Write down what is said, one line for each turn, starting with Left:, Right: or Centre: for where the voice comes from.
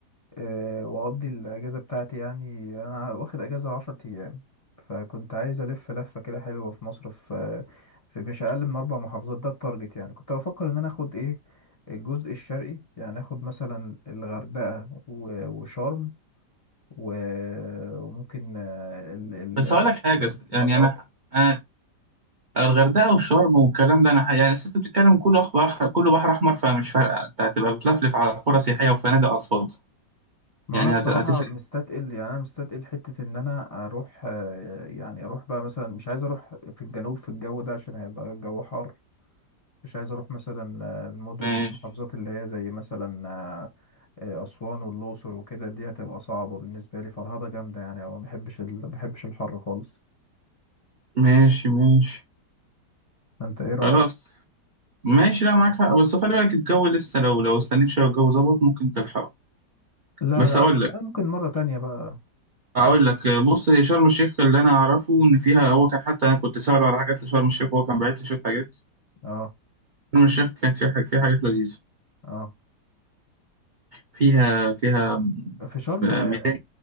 Left: آه، واقضي الاجازه بتاعتي يعني انا واخد اجازه عشر ايام فكنت عايز الف لفه كده حلوه في مصر في في مش اقل من اربع محافظات ده التارجت يعني كنت بفكر ان انا اخد ايه الجزء الشرقي يعني اخد مثلا الغردقه و- وشرم و- وممكن آه، ال- ال-
Right: بس هقول لك حاجة س- يعني
Left: المزارات
Right: انا انا الغردقة والشرم والكلام ده انا ح- يعني الست بتتكلم كله بحر كله بحر احمر فمش فارقة انت هتبقى بتلفلف على قرى سياحية وفنادق على الفاضي
Left: ما
Right: يعني
Left: انا بصراحه
Right: هت- هتفرق
Left: مستثقل يعني انا مستثقل حته ان انا اروح آه، يعني اروح بقى مثلا مش عايز اروح في الجنوب في الجو ده عشان هيبقى الجو حار مش عايز اروح مثلا آه، المدن
Right: ماشي
Left: المحافظات اللي هي زي مثلا آه، آه، اسوان والاقصر وكده دي هتبقى صعبه بالنسبه لي فرهضه جامده يعني او ما بحبش ال... ما بحبش الحر خالص
Right: ماشي ماشي
Left: انت ايه رايك
Right: خلاص ماشي لا معاك حق بس خلي بالك الجو لسه لو لو استنيت شويه الجو ظبط ممكن تلحقه
Left: لا
Right: بس
Left: لا
Right: اقول لك
Left: أنا ممكن مره تانية بقى
Right: اقول لك بص هي شرم الشيخ اللي انا اعرفه ان فيها هو كان حتى انا كنت ساله على حاجات لشرم الشيخ وهو كان باعت لي شويه حاجات
Left: اه
Right: شرم الشيخ كانت فيها حاجات فيها حاجات لذيذه
Left: اه
Right: فيها فيها
Left: في شرم
Right: آه،
Left: آه،
Right: ميدان